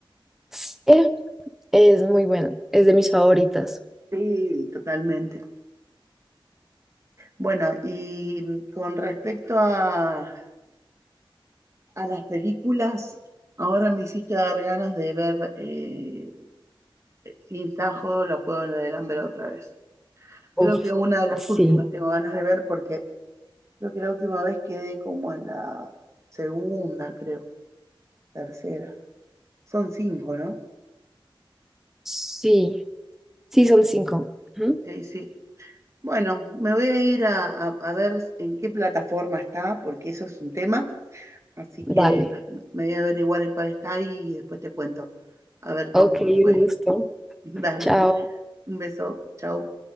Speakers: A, in the centre; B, on the right.
A: serie es muy buena, es de mis favoritas.
B: Sí, totalmente. Bueno, y con respecto a, a las películas, ahora me hiciste dar ganas de ver eh, Sin Sajo, los Juegos del Hambre otra vez. Creo
A: Uf,
B: que una de las últimas
A: sí,
B: tengo ganas de ver porque creo que la última vez quedé como en la segunda, creo, tercera. Son cinco, ¿no?
A: sí, sí, son cinco. Ujú,
B: Sí, sí. Bueno, me voy a ir a, a- a ver en qué plataforma está, porque eso es un tema, así que
A: Dale.
B: me voy a averiguar en cuál está y después te cuento, a ver cómo
A: Ok,
B: me
A: un
B: fue.
A: gusto.
B: <laughs> Dale,
A: Chao.
B: un beso, chao.